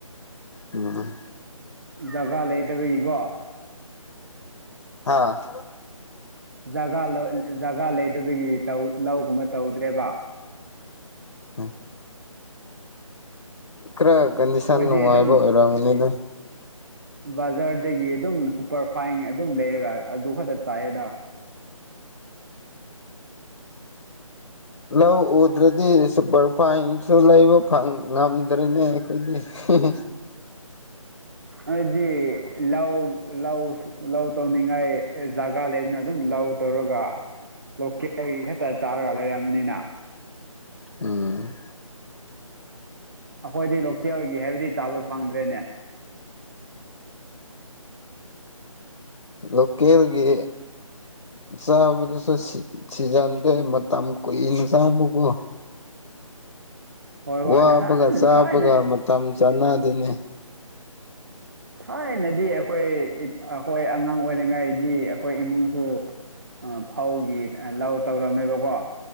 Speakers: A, on the left; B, on the right.
A: ꯑ
B: ꯖꯒꯥ ꯂꯩꯇꯕꯒꯤꯀꯣ
A: ꯑꯥ <inaudible>
B: ꯖꯒꯥ ꯂꯧ ꯖꯒꯥ ꯂꯩꯗꯕꯒꯤ ꯂꯧꯒꯨꯝꯕ ꯇꯧꯗ꯭ꯔꯦꯕ
A: ꯎꯝ ꯈꯔ ꯀꯟꯗꯤꯁꯟ
B: ꯑꯩꯈꯣꯏꯗꯤ
A: ꯅꯨꯡꯉꯥꯏꯕ
B: ꯑꯗꯨꯝ
A: ꯑꯣꯏꯔꯝꯒꯅꯤꯗ
B: ꯕꯖꯥꯔꯗꯒꯤ ꯑꯗꯨꯝ ꯁꯨꯄꯔ ꯐꯥꯏꯟ ꯑꯗꯨꯝ ꯂꯩꯔꯒ ꯑꯗꯨ ꯈꯛꯇ ꯆꯥꯏꯌꯦꯗ
A: ꯂꯧ ꯎꯗ꯭ꯔꯗꯤ ꯁꯨꯄꯔꯐꯥꯏꯟꯁꯨ ꯂꯩꯕ ꯐꯪ ꯉꯝꯗ꯭ꯔꯦꯅꯦ ꯑꯩꯈꯣꯏꯗꯤ ꯍꯝ ꯍꯦ
B: ꯑꯗꯨꯗꯤ ꯂꯧ ꯂꯧ ꯂꯧ ꯇꯧꯅꯤꯡꯉꯥꯏ ꯖꯥꯒꯥ ꯂꯩꯕꯅ ꯑꯗꯨꯝ ꯂꯧ ꯇꯧꯔꯒ ꯂꯣꯀꯦꯜꯒꯤ ꯈꯛꯇ ꯆꯥꯔꯒ ꯂꯩꯔꯝꯃꯅꯤꯅ
A: ꯎꯝ
B: ꯑꯩꯈꯣꯏꯗꯤ ꯂꯣꯀꯦꯜꯒꯤ ꯍꯥꯏꯕꯗꯤ ꯆꯥꯕ ꯐꯪꯗ꯭ꯔꯦꯅꯦ꯫
A: ꯂꯣꯀꯦꯜꯒꯤ ꯆꯥꯕꯗꯨꯁꯨ ꯁꯤꯖꯟꯗꯣ ꯃꯇꯝ ꯀꯨꯏꯅ ꯆꯪꯕꯀꯣ
B: ꯍꯣꯏ ꯍꯣꯏ
A: ꯋꯥꯕꯒ
B: ꯅꯍꯥꯟ
A: ꯆꯥꯕꯒ
B: ꯊꯥꯏꯅ
A: ꯃꯇꯝ ꯆꯥꯅꯗꯦꯅꯦ
B: ꯊꯥꯏꯅꯗꯤ ꯑꯩꯈꯣꯏ ꯑꯩꯈꯣꯏ ꯑꯉꯥꯡ ꯑꯣꯏꯔꯤꯉꯩꯗꯤ ꯑꯩꯈꯣꯏ ꯏꯃꯨꯡꯁꯨ ꯐꯧꯒꯤ ꯂꯧ ꯇꯧꯔꯝꯃꯦꯕꯀꯣ